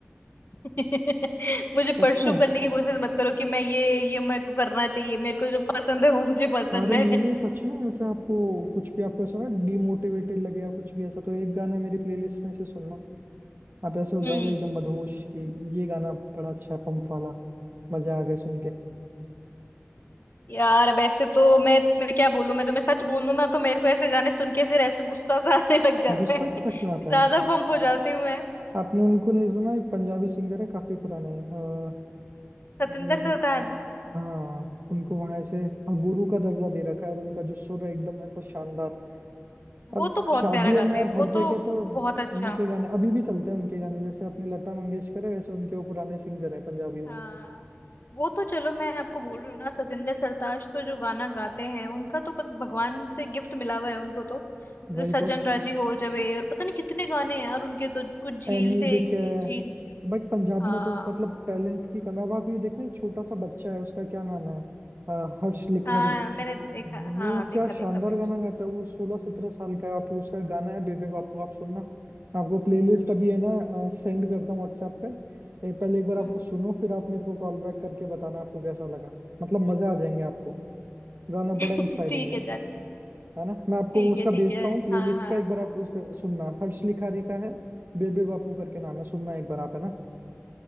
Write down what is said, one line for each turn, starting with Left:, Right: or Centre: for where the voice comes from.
Left: <laughs> मुझे
Right: सच
Left: परसू
Right: में
Left: करने की कोशिश मत करो कि मैं ये ये मेरे को करना चाहिए मेरे को जो पसंद है वो मुझे पसंद
Right: अरे
Left: है
Right: नहीं नहीं सच में ऐसे आपको कुछ भी आपको सुना डिमोटिवेटेड लगे या कुछ भी ऐसा तो एक गाना मेरी प्लेलिस्ट में से सुनना आप ऐसे हो
Left: हम्म
Right: जाओगे एकदम मदहोश कि ये गाना बड़ा अच्छा है पंप वाला मजा आ गया सुन के
Left: यार वैसे तो मैं मैं क्या बोलूं मैं तुम्हें सच बोलूं ना तो मेरे को ऐसे गाने सुन के फिर ऐसे गुस्सा सा <laughs> आने लग जाता
Right: गुस्सा
Left: है
Right: सा
Left: <laughs>
Right: क्यों आता
Left: ज्यादा
Right: है
Left: पंप हो जाती हूँ मैं
Right: आपने उनको नहीं सुना एक पंजाबी सिंगर है काफी पुराने अ,
Left: सतिंदर
Right: अ,
Left: सरताज
Right: हाँ उनको वहां ऐसे गुरु का दर्जा दे रखा है और उनका जो सुर है एकदम ऐसा शानदार
Left: वो
Right: अब
Left: तो बहुत
Right: शादियों
Left: प्यारा गाते
Right: में और
Left: हैं वो
Right: हर जगह
Left: तो
Right: तो
Left: बहुत अच्छा
Right: उन्हीं के गाने अभी भी चलते हैं उनके गाने जैसे अपनी लता मंगेशकर है वैसे उनके वो पुराने सिंगर है पंजाबियों
Left: हाँ
Right: में
Left: वो तो चलो मैं आपको बोल रही हूँ ना सतिंदर सरताज तो जो गाना गाते हैं उनका तो पत- भगवान से गिफ्ट मिला हुआ है उनको तो
Right: वही
Left: जो सज्जन
Right: तो
Left: राजी हो जवे और पता नहीं कितने गाने हैं यार उनके तो कुछ झील
Right: एमी
Left: से
Right: विक
Left: एक
Right: है
Left: एक झील
Right: बट पंजाब
Left: हाँ
Right: में तो मतलब टैलेंट की कमी अब आप ये देखना एक छोटा सा बच्चा है उसका क्या नाम है अ, हर्ष लिखारी
Left: हाँ मैंने देखा
Right: वो
Left: हाँ देखा
Right: क्या
Left: देखा
Right: शानदार
Left: मैंने
Right: गाना
Left: उसको
Right: गाता है वो सोलह सत्रह साल का है आप उसका गाना है बेबे बापू आप सुनना मैं आपको प्लेलिस्ट अभी है ना सेंड करता हूँ व्हाट्सएप पे ए, पहले एक बार
Left: हम्म
Right: आप वो सुनो फिर आप मेरे को कॉल बैक करके बताना आपको कैसा लगा मतलब मजे आ जाएंगे आपको गाना
Left: <laughs>
Right: बड़ा इंस्पायरिंग
Left: ठीक
Right: है
Left: है चल
Right: है ना मैं आपको
Left: ठीक
Right: वो उसका
Left: है ठीक
Right: भेजता
Left: है
Right: हूँ प्लेलिस्ट
Left: हाँ हाँ
Right: का एक बार आप उसका सुनना हर्ष लिखारी का है बेबे बापू करके नाम है सुनना एक बार आप है ना